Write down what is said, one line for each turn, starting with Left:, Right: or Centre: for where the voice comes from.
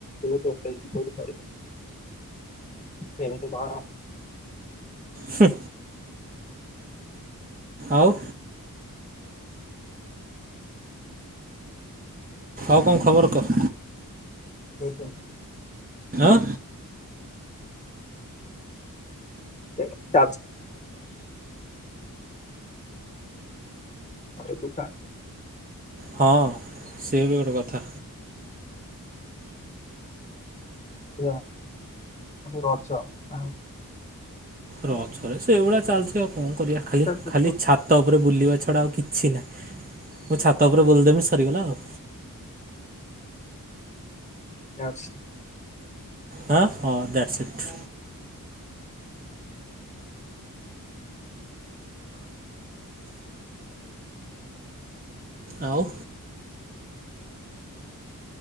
Left: ତୋଟଲି ପଢ଼ି ପାରିବୁ। ସେମିତି ପହର
Right: ହୁ ଆଉ ଆଉ କଣ ଖବର କହ?
Left: <unintelligible>
Right: ଆଁ?
Left: <unintelligible> ଆରେ ଟୁଟା
Right: ହଁ ସିଏ ବି ଗୋଟେ କଥା
Left: <unintelligible> ରଜ ଆଉ
Right: ରଜ ରେ ସେଇଭଳିଆ ଚାଲିଚି ଆଉ କଣ କରିବା ଖାଲି
Left: ସବୁ
Right: ଖାଲି ଛାତ ଉପରେ ବୁଲିବା ଛଡା ଆଉ କିଛି ନାହିଁ। ମୁଁ ଛାତ ଉପରେ ବୁଲଦେମି ସରିଗଲା ଆଉ।
Left: ଯାଉଚି।
Right: ହଁ- ହଁ ଦାଟ୍ସ ଇଟ୍। ଆଉ